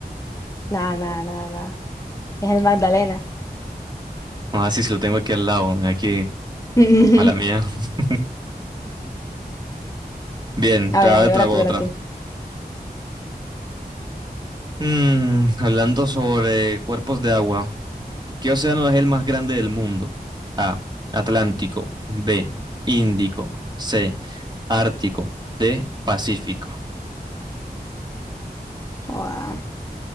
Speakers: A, on the left; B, on the right.
A: Nada, nada, nada, nada. Es el Magdalena.
B: Ah, sí, sí lo tengo aquí al lado, aquí
A: <laughs>
B: Mala mía. <laughs> Bien,
A: A
B: te
A: ver,
B: hago
A: dale,
B: te
A: ahora
B: hago
A: tú, ahora
B: otra.
A: tú.
B: Mm, hablando sobre cuerpos de agua, ¿qué océano es el más grande del mundo? A. Atlántico. B. Índico. C. Ártico. D. Pacífico.
A: Joda.